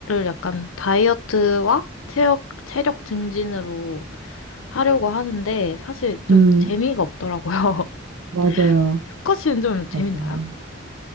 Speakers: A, on the left (about 80°); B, on the right (about 80°).
A: 약간 다이어트와 체력, 체력 증진으로 하려고 하는데 사실 좀
B: 음,
A: 재미가 없더라고요.
B: 맞아요.
A: <laughs> 스쿼시는 좀 재밌나요?
B: 맞아요.